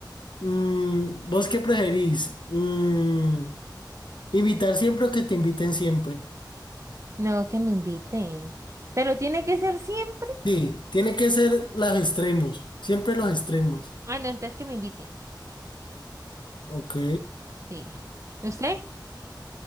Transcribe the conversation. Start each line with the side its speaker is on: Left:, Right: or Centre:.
Left: Mm, ¿vos qué preferís? Mm, ¿invitar siempre o que te inviten siempre?
Right: No, que me inviten. Pero tiene que ser siempre.
Left: Sí, tiene que ser los extremos, siempre los extremos.
Right: Ah, no, entonces que me inviten.
Left: Ok.
Right: Sí. ¿Usted?